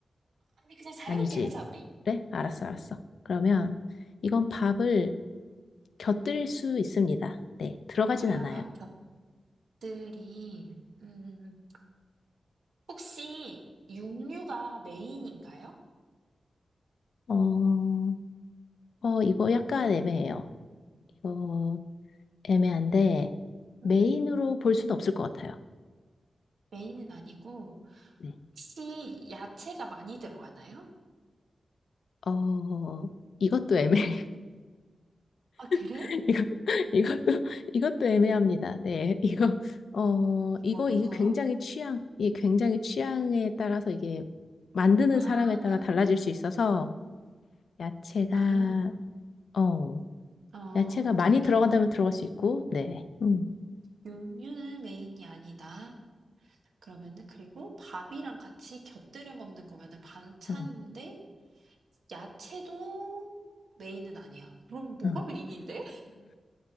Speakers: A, on the right (about 80°); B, on the left (about 80°).
A: 아니, 그냥 자유롭게
B: 아니지.
A: 하자, 우리.
B: 그래? 알았어,
A: 아,
B: 알았어. 그러면 이건 밥을 곁들일 수 있습니다. 네. 들어가진
A: 아,
B: 않아요.
A: 밥 겹들이. 음, 음, 음. 혹시 육류가 메인인가요?
B: 어, 어, 이거 약간 애매해요. 이거 애매한데 메인으로
A: 응?
B: 볼 수는 없을 것 같아요.
A: 메인은 아니고,
B: 네.
A: 혹시 야채가 많이 들어가나요?
B: 어, 이것도 애매해.
A: 아, 그래?
B: <laughs> 이거, 이것도, 이것도 애매합니다. 네. 이거, 어, 이거,
A: 뭘까?
B: 이게 굉장히 취향, 이게 굉장히 취향에 따라서 이게 만드는
A: 아,
B: 사람에 따라 달라질 수 있어서 야채가,
A: 아,
B: 어,
A: 어,
B: 야채가
A: 오케이,
B: 많이
A: 오케이.
B: 들어간다면 들어갈 수 있고, 네. 음,
A: 육류는 메인이 아니다. 그러면은, 그리고 밥이랑 같이 곁들여 먹는 거면은 반찬인데,
B: 어,
A: 야채도 메인은 아니야. 그럼 뭐가
B: 어.
A: 메인인데?